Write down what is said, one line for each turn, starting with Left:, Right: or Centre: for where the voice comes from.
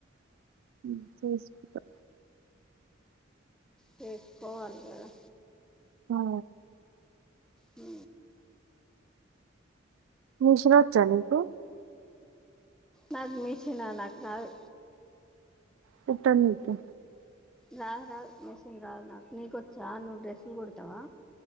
Right: హు చేసుకుంటా
Centre: చేసుకోవాలిగద
Right: హా
Centre: ఊ
Right: మిషనొచ్చ నీకు
Centre: నాకు మిషనా నాకు రాదు.
Right: కుట్టనికి
Centre: రాదు రాదు మిషిన్ రాదు నాకు, నీకొచ్చా నువ్వు డ్రెస్స కుడతావా